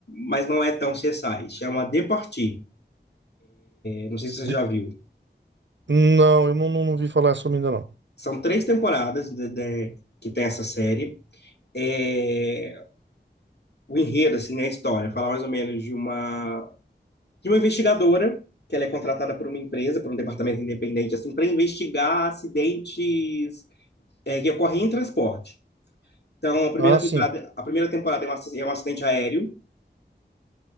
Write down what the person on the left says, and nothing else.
mas não é tão CSI. Chama The Party. Eu Não sei se você
já viu.
São três temporadas de- de- que tem essa série. É, o enredo, assim, né, a história, fala mais ou menos de uma, de uma investigadora que ela é contratada por uma empresa, por um departamento independente, assim, para investigar acidentes é, que ocorrem em transporte. Então, a primeira
temporada,
a primeira temporada é um aci- é um acidente aéreo,